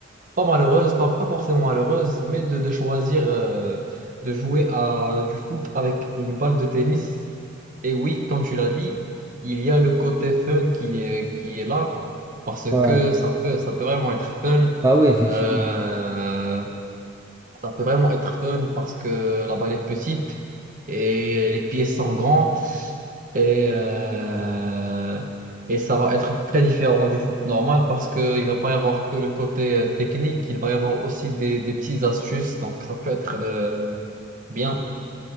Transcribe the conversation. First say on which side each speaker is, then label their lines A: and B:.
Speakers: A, on the right; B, on the right.
A: pas malheureuse, pas, pas forcément malheureuse, mais de, de choisir euh, de jouer à du foot avec une balle de tennis. Et oui, comme tu l'as dit, il y a le côté fun qui est, qui est là, parce
B: Ouais.
A: que ça peut, ça peut vraiment être fun.
B: Bah oui, effectivement.
A: Euh, ça peut vraiment être fun parce que la balle est petite et les pieds sont grands et, euh, et ça va être très différent du foot normal parce qu'il ne va pas y avoir que le côté euh, technique, il va y avoir aussi des, des petites astuces, donc ça peut être euh, bien.